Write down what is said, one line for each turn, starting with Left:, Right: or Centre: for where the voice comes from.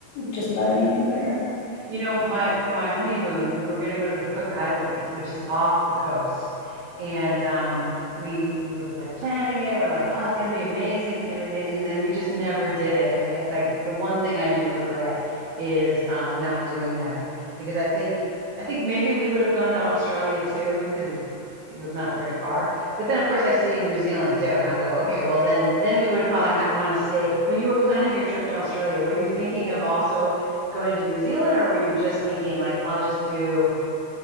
Left: just about anything there.
Right: You know, my for my honeymoon, we were going to go to the Cook Islands, which is off the coast. And um, we we were like planning it. We're like, "Oh, it's going to be amazing. It's going to be amazing." And then we just never did it. And it's like the one thing I do regret is uh, not doing that because I think I think maybe we would have gone to Australia too because it's it was not very far. But then of course I see New Zealand too, and I'm go okay, well then then we would probably ha- want to stay. When you were planning your trip to Australia, were you thinking of also going to New Zealand, or were you just thinking like I'll just do